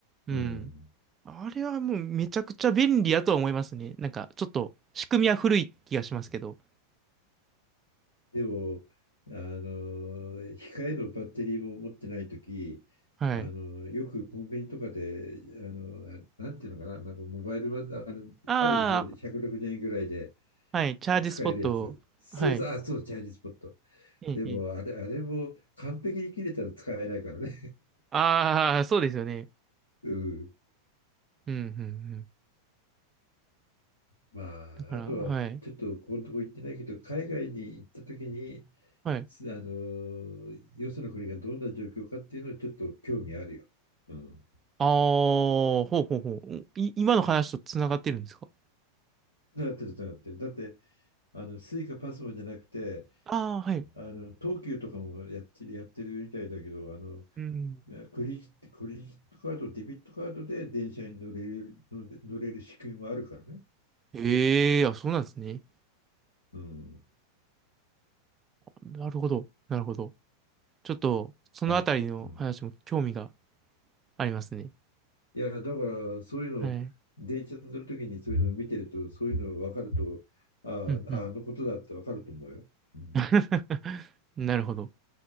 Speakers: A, on the right; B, on the left.
A: うん。
B: うん。
A: あれはもうめちゃくちゃ便利やとは思いますね。なんかちょっと仕組みは古い気がしますけど。
B: でも、あの、控えのバッテリーも持ってないとき、
A: はい。
B: あの、よくコンビニとかで、あの、あなんていうのかな、なんかモバイルバある、
A: あ
B: あるでしょ、160円ぐらいで
A: あ、はい。チャージスポット。
B: 使えるやつ。そうそう、
A: はい。
B: あ、そう、チャージスポット。
A: ええ、
B: でも、
A: ええ。
B: あれ、あれも完璧に切れたら使えないからね。
A: ああ、そうですよね。
B: <laughs> うん。
A: うん、うん、うん。
B: ま
A: だから、
B: あ、あとは、
A: はい。
B: ちょっとこのとこ行ってないけど、海外に行ったときに、
A: はい。
B: すあの、よその国がどんな状況かっていうのはちょっと興味あるよ。うん。
A: ああ、ほうほうほう。い、今の話とつながってるんですか
B: つながってる、つながってる。だって、あの、スイカパスモじゃなくて、
A: ああー、はい。
B: あの、東急とかもやってる、やってるみたいだけど、あの、
A: うん。
B: クレジクレジットカード、デビットカードで電車に乗れる、乗れ乗れる仕組みもあるからね。
A: ええ、あ、そうなんですね。
B: うん。
A: なるほど。なるほど。ちょっと、そのあたりの話も興味が
B: だ、うん。
A: ありますね。
B: いや、だから、そういうの、
A: はい。
B: 電車に乗るときにそういうのを見てると、そういうの分かると、ああ、
A: うんうん。
B: あのことだって分かると思うよ。うん。
A: <laughs> なるほど。